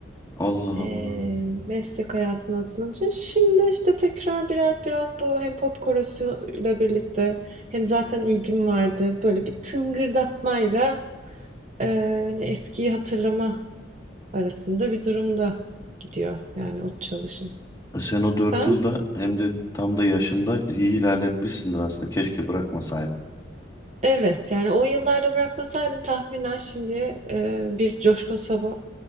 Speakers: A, on the left; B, on the right.
A: Allah
B: E,
A: Allah.
B: meslek hayatına atılınca şimdi işte tekrar biraz biraz bu hem pop korosuyla birlikte hem zaten ilgim vardı. Böyle bir tıngırdatmayla e, hani eskiyi hatırlama arasında bir durumda gidiyor yani o çalışım.
A: E sen o
B: Sen
A: dört yılda hem de tam da yaşında iyi ilerletmişsindir aslında. Keşke bırakmasaydın.
B: Evet yani o yıllarda bırakmasaydım tahminen şimdi e, bir coşkun sabah